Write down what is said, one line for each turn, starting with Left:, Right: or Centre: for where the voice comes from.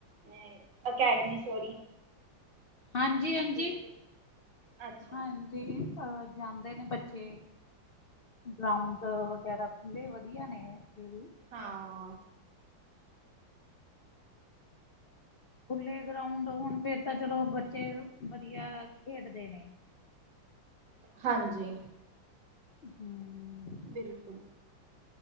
Right: ਅ ਅਕੈਡਮੀ ਸੋਰੀ
Left: ਹਾਂਜੀ ਹਾਂਜੀ,
Right: ਗੇਮ ਅੱਛਾ
Left: ਹਾਂਜੀ ਜਾਂਦੇ ਨੇ ਬੱਚੇ। ਗਰਾਉਂਡ ਵਗੈਰਾ ਖੁੱਲੇ ਵਧੀਆ ਨੇ ਇਥੇ
Right: ਹਾਂ।
Left: ਖੁੱਲੇ ਗਰਾਉਂਡ ਹੋਣ ਫਿਰ ਤਾਂ ਚਲੋ ਬੱਚੇ ਵਧੀਆ ਖੇਡਦੇ ਨੇ।
Right: ਹਾਂਜੀ
Left: <unintelligible>
Right: ਬਿਲਕੁਲ।